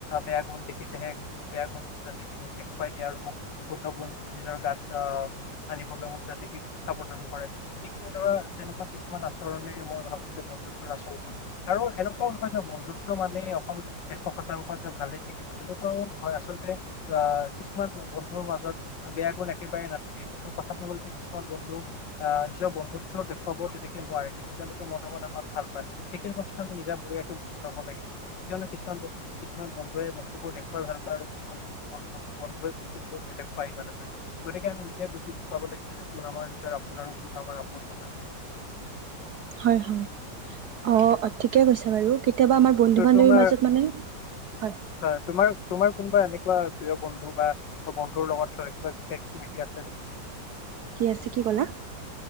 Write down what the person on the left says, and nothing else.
বেয়া গুণ দেখিছে। সেই বেয়া গুণ যাতে কি মোক দেখুৱাই দিয়ে আৰু মোক শুদ্ধ গুণ নিজৰ গাত আহ- আানিব মুঠা দেখি খাপতানি কৰা <unintelligible> ঠিক তেনেদৰা তেনেকুৱা কিছুমান আচৰণে মই ভাবো যে বন্ধুত্বৰ আচল গুণ। আৰু এনেকুৱাও নহয় যে বন্ধুত্ব মানেই অকল এশ শতাংশ যে ভালে থাকিব তেনেকুৱাও নহয়। আচলতে কিছুমান বন্ধুৰ মাজত বেয়া গুন একেবাৰে নাথাকে কিন্তু কথাটো হ'ল যে কিছুমান বন্ধুৱে। আহ নিজৰ বন্ধুত্ব দেখুৱাব তেনেকে নোৱাৰে, কিন্তু তেওঁলোকে মনে মনে আমাক ভাল পায় সেইখিনি বস্ত আমি নিজাববিয়াকে বুজি পাব লাগিব। তেওঁলোক কিমান বস্তু কিছুমান বন্ধুৱে বস্তু বোৰ দেখুৱাই ভাল পায়, আৰু কিছুমান বন্ধ বস্তুবোৰ নেদেখুৱাই ইমান এটা গতিকে আমি নিজে বুজি পাব লাগিব যোন আমাৰ। আপোনাৰ কুন আমাৰ আপোন নহয়।
ত'
তোমাৰ
হয় তোমাৰ তোমাৰ কোনোবা এনেকুৱা প্ৰিয় বন্ধু বা বন্ধুৰ লগত কিবা বিশষ স্মৃতি আছে <unintelligible>